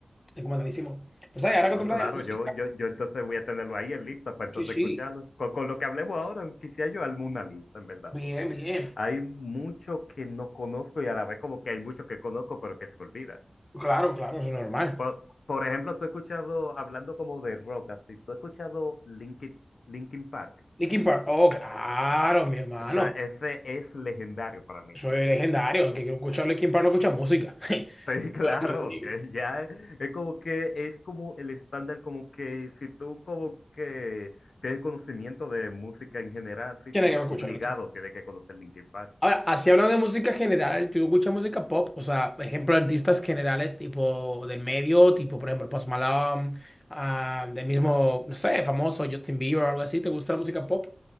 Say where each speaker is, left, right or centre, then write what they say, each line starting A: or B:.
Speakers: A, on the left; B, on the left.
A: recomendadísimo. Pues ahí, ahora
B: Ah, no,
A: que tú hablas
B: claro,
A: de música,
B: yo, yo, yo entonces voy a tenerlo ahí en lista para entonces
A: sí, sí.
B: escucharlo. Con, con lo que hablemos ahora, quisiera yo armar una lista, en verdad,
A: Bien,
B: porque
A: bien.
B: hay mucho que no conozco y a la vez como que hay mucho que conozco, pero que se me olvida.
A: Claro, claro, eso es normal.
B: Por, por ejemplo, tú has escuchado, hablando como de rock, así, tú has escuchado Linkin, Linkin Park.
A: Linkin Park. Oh, claro, mi hermano.
B: O sea, ese es legendario para mí.
A: Soy legendario. El que quiere escuchar Linkin Park no escucha música. <laughs>
B: Sí, <laughs> claro,
A: Yo lo mismo.
B: que ya es como que es como el estándar, como que si tú como que tienes conocimiento de música en general, sí,
A: Tiene que escuchar
B: obligado
A: Linkin Park.
B: tienes que conocer Linkin Park.
A: Ahora, así hablando de música general, ¿tú escuchas música pop? O sea, ejemplo, artistas generales tipo del medio, tipo, por ejemplo, Post Malone, ah, del mismo, no sé, famoso Justin Bieber o algo así. ¿Te gusta la música pop?